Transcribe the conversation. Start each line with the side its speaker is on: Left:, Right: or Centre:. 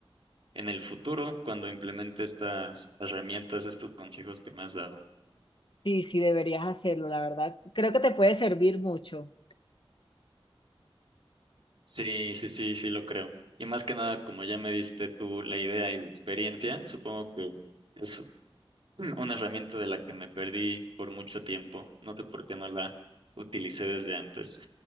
Right: en el futuro cuando implemente estas herramientas, estos consejos que me has dado.
Left: sí, sí, deberías hacerlo, la verdad. Creo que te puede servir mucho.
Right: Sí, sí, sí, sí lo creo. Y más que nada, como ya me diste tú la idea y la experiencia, supongo que es <laughs> <clears throat> una herramienta de la que me perdí por mucho tiempo. No sé por qué no la utilicé desde antes.